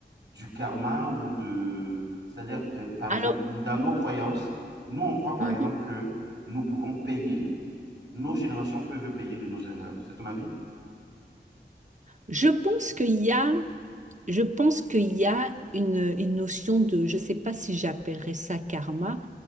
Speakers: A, on the right; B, on the right.
A: du karma ou de... C'est-à-dire, euh, par exemple,
B: alors,
A: dans nos croyances, nous, on croit, par
B: mhm.
A: exemple, que nous pouvons payer, nos générations peuvent payer de nos erreurs. C'est ton avis?
B: je pense qu'il y a Je pense qu'il y a une, une notion de, je ne sais pas si j'appellerais ça karma,